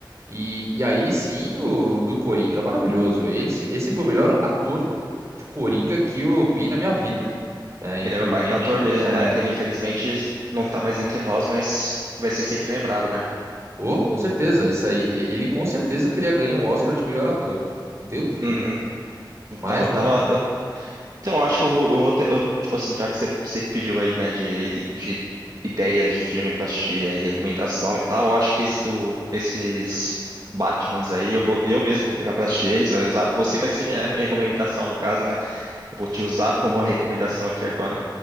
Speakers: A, on the right; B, on the right.
A: E, e aí sim, o do Coringa é maravilhoso. Ele, se- esse foi o
B: uhum.
A: melhor ator de Coringa que eu vi na minha vida. né?
B: Ele
A: Infelizmente,
B: era um baita ator mesmo,
A: é.
B: né? Que ele infelizmente não tá mais entre nós, mas vai ser sempre lembrado, né?
A: Oh, com certeza. Esse aí, e- ele com certeza teria ganho o Oscar de melhor ator. Não tenho dúvida.
B: Uhum. Então,
A: Mas,
B: eu
A: né?
B: tava, Então, acho que eu vou, eu vou ter. eu, tipo assim, já que você, você que pediu aí, né, de, de ideias de filme pra assistir, aí, recomendação e tal, eu acho que esse do, esses Batmans aí, eu vou, eu mesmo vou pegar pra assistir eles, vai usar, você vai ser minha minha recomendação no caso, né? Eu vou te usar como uma recomendação aqui agora.